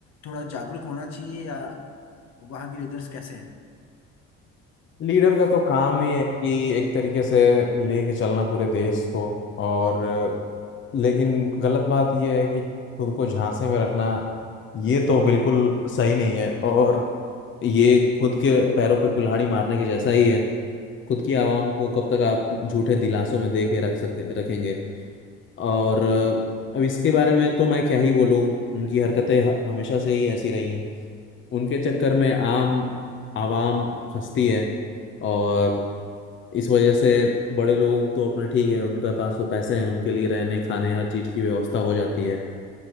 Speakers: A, on the left; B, on the left.
A: थोड़ा जागरूक होना चाहिए या वहाँ के लीडर्स कैसे
B: लीडर का तो काम ही है कि एक तरीके से लेके चलना पूरे देश को और लेकिन गलत बात यह है कि खुद को झांसे में रखना ये तो बिल्कुल सही नहीं है और ये खुद के पैरों पे कुल्हाड़ी मारने के जैसा ही है खुद की आवाम को कब तक आप झूठे दिलासों में दे के रख सकते रखेंगे और अब इसके बारे में तो मैं क्या ही बोलूं उनकी हरकतें ह- हमेशा से ही ऐसी रही हैं उनके चक्कर में आम आवाम फंसती है और इस वजह से बड़े लोग तो अपना ठीक है उनके पास तो पैसे हैं उनके लिए रहने खाने हर चीज की व्यवस्था हो जाती है